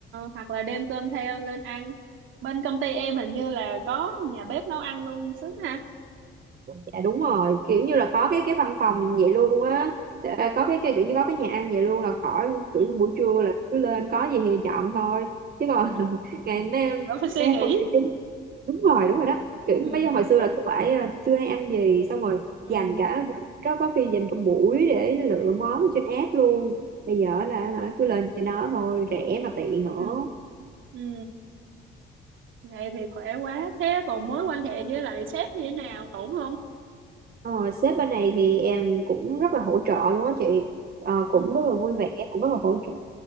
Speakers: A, on the right (about 80°); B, on the right (about 50°).
A: hoặc là đem cơm theo lên ăn bên công ty em hình như là có nhà bếp nấu ăn luôn sướng ha
B: dạ đúng rồi kiểu như là có cái cái văn phòng vậy luôn á À, có cái, cái kiểu như có cái nhà ăn vậy luôn là khỏi kiểu
A: ừ
B: như buổi trưa là cứ lên có gì thì chọn thôi chứ còn <laughs>
A: ừ
B: ngày mấy em
A: đỡ phải suy
B: mấy em
A: nghĩ
B: công ty chính- đúng rồi đúng rồi đó kiểu
A: ừ
B: bây giờ hồi xưa là cứ phải à, trưa nay ăn gì xong rồi
A: ừ
B: dành cả có có khi dành cả buổi để lựa món trên app luôn bây giờ là hả, cứ lên trên đó thôi rẻ mà tiện nữa
A: ừ ừ vậy thì khỏe quá thế còn mối quan hệ với lại sếp như thế nào ổn không
B: Ờ, sếp bên này thì em cũng rất là hỗ trợ luôn á chị Ờ, cũng
A: ừ
B: rất là vui vẻ cũng rất là hỗ trợ